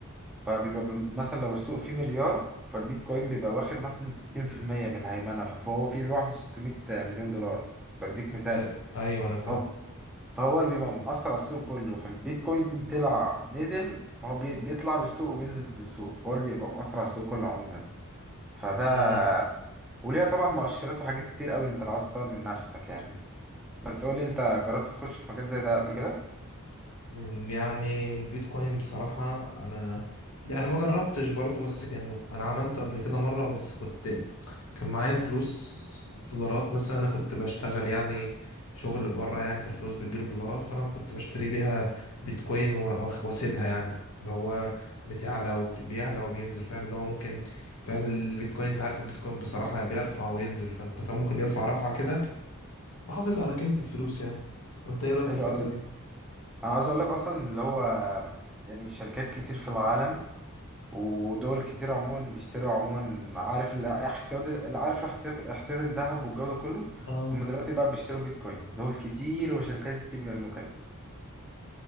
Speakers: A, in the centre; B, on the left.
A: فبيبقى بن- مثلا لو السوق فيه مليار فالبيتكوين بيبقى واخد مثلا 60% من الهيمنة فهو فيه لوحده 600 مليون دولار بديك مثال
B: أي- ايوه انا فاهم
A: هو- فهو اللي بيبقى مأثر على السوق كله فالبيتكوين طلع نزل هو بي- بيطلع بالسوق وبينزل بالسوق فهو اللي بيبقى مأثر على السوق كله عموما فده
B: مم.
A: وليها طبعا مؤشرات وحاجات كتير قوي انت لو عاوز تطور من نفسك يعني بس قولي انت جربت تخش في مجال زي ده قبل كده
B: مم. يعني البيتكوين بصراحة انا يعني ما جربتش برضو بس كان انا عملته قبل كده مرة بس كنت كان معايا فلوس دولارات مثلا انا كنت بشتغل يعني شغل بره يعني فالفلوس بتجيلي دولارات فانا كنت بشتري بيها بيتكوين و- واسيبها يعني اللي هو بتعلى وبيعلى وبينزل فاهم اللي هو ممكن فاهم البيتكوين انت عارف البيتكوين بصراحة بيرفع وينزل فانت فاهم ممكن يرفع رفعة كده بحافظ على قيمة الفلوس يعني انت ايه رأيك
A: حلو
B: في الفكرة
A: قوي
B: دي
A: انا عاوز اقول لك اصلا اللي هو يعني شركات كتير في العالم ودول كتير عموما بيشتروا عموما عارف الاحتياط عارف الاحتياط احتياط الذهب والجو ده كله
B: اه
A: هم دلوقتي بقى بيشتروا بيتكوين دول كتير وشركات كتير بيعملوا كده